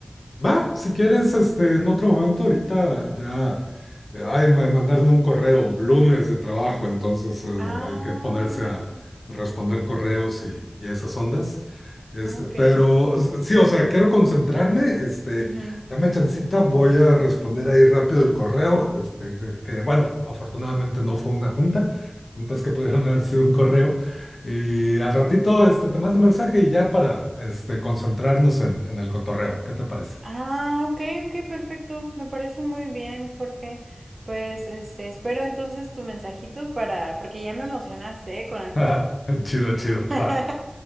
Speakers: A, on the left (about 75°); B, on the right (about 80°).
A: Va, si quieres, este, en otro momento, ahorita ya, eh, ay, me mandaron un correo, lunes de trabajo, entonces eh,
B: Ah,
A: hay que ponerse a responder correos y, y esas ondas. Este,
B: ok,
A: pero s- sí, o sea, quiero concentrarme, este,
B: mhm,
A: dame chancita, voy a responder ahí rápido el correo, este, que, que, bueno, afortunadamente no fue una junta, juntas que pudieron haber sido un correo, y al ratito, este, te mando un mensaje y ya para, este, concentrarnos en, en el cotorreo, ¿qué te parece?
B: Ah, ok, ok, perfecto. Me parece muy bien, Jorge. Pues este, espero entonces tu mensajito para, porque ya me emocionaste, ¿eh? con el
A: <laughs>
B: juego.
A: Chido, chido.
B: <laughs>
A: Va,